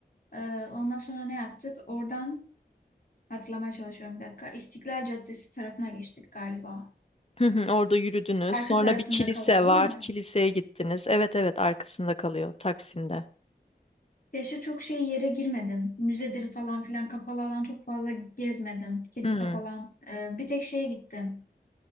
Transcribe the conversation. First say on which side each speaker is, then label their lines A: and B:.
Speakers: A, on the left; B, on the left.
A: Ee, ondan sonra ne yaptık? Oradan hatırlamaya çalışıyorum bir dakika. İstiklal Caddesi tarafına geçtik galiba.
B: Hı hı, Orada yürüdünüz.
A: Arka
B: Sonra
A: tarafında
B: bir kilise
A: kalıyor,
B: var.
A: değil mi?
B: Kiliseye gittiniz. Evet evet arkasında kalıyor Taksim'de.
A: Keşke çok şey yere girmedim. Müzedir falan filan kapalı alan çok fazla gezmedim. Kilise
B: Hı.
A: falan. Ee, bir tek şeye gittim.